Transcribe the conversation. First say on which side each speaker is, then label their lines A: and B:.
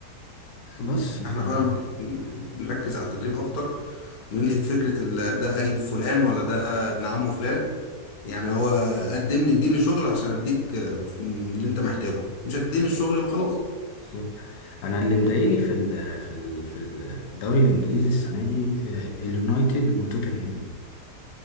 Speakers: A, on the left; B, on the left.
A: بس ف...
B: احنا
A: بالظبط
B: فعلا محتاجين نركز على التدريب اكتر وننهي فكره ال- ده قريب فلان ولا ده ابن عمه فلان يعني هو قدم لي اديني شغل عشان اديك آه، اللي انت محتاجه مش هتديني الشغل يبقى خلاص
A: بالظبط انا اللي مضايقني في ال في ال في الدوري الانجليزي السنه دي آه، اليونايتد وتوتنهام